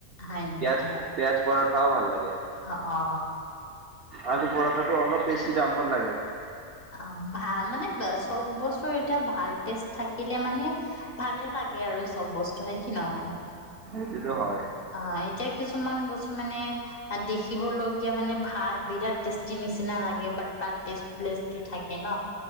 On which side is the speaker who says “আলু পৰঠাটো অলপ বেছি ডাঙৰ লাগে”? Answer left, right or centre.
Right